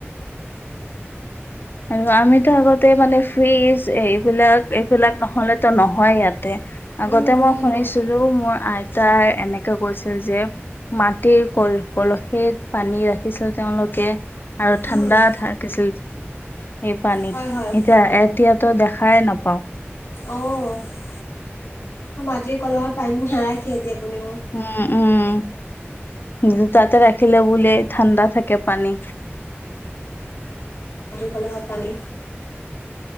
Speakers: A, on the left; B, on the left.
A: আৰু আমিতো আগতে মানে ফ্ৰিজ এইবিলাক এইবিলাক নহলেতো নহয় ইয়াতে
B: উম,
A: আগতে মই
B: সেইটোৱে।
A: শুনিছিলো মোৰ আই তাই এনেকে কৈছিল যে মাটিৰ কল কলসিত পানী ৰাখিছিল তেওঁলোকে। আৰু ঠাণ্ডা
B: উম,
A: থাকিছিল। সেই পানী
B: হয়, হয়।
A: এতিয়া এতিয়াতো দেখাই নাপাও।
B: অ' মাটিৰ কলহত পানী নাৰাখে এতিয়া। কোনেও।
A: উম, উম। তাতে ৰাখিলে বোলে ঠাণ্ডা থাকে পানী।
B: কলহৰ পানী